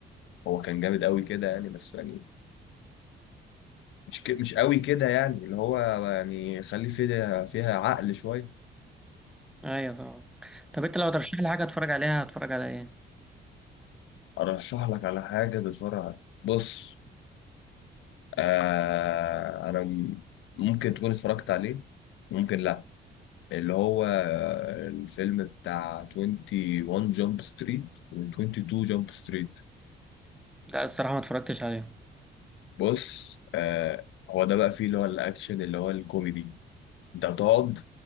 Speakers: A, on the left; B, in the centre.
A: هو كان جامد قوي كده يعني بس يعني مش ك- مش قوي كده يعني اللي هو يعني خلي فيها فيها عقل شويه
B: أيوة فاهمك طب أنت لو ترشح لي حاجة أتفرج عليها هتفرج على إيه؟
A: ارشح لك على حاجه بسرعه بص آه انا م- ممكن تكون اتفرجت عليه ممكن لا اللي هو الفيلم بتاع 21 جامب ستريت و22 جامب ستريت
B: لا الصراحة ما اتفرجتش عليها
A: بص آه هو ده بقى فيه اللي هو الاكشن اللي هو الكوميدي انت هتقعد